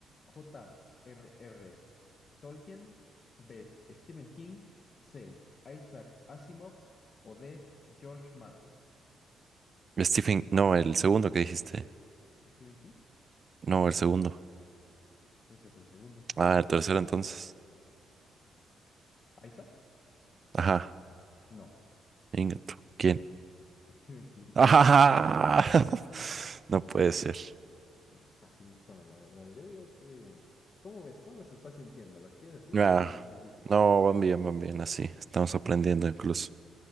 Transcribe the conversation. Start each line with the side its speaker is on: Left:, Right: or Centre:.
Left: J. R. R. Tolkien. B. Stephen King. C. Isaac Asimov. O D. George Martin.
Right: Stephen. No, el segundo que dijiste.
Left: ¿Stephen King?
Right: No, el segundo.
Left: Pues ese es el segundo.
Right: Ah, el tercero entonces.
Left: ¿Isaac?
Right: Ajá.
Left: No.
Right: Ingato. ¿Quién?
Left: <laughs> Stephen King.
Right: Ah, <laughs> no puede ser.
Left: Ah, Facilito, la verdad. Yo digo que, ¿cómo ves? ¿Cómo las estás sintiendo? ¿Las quieres así
Right: Ah,
Left: o menos difíciles?
Right: no, van bien, van bien, así. Estamos aprendiendo incluso.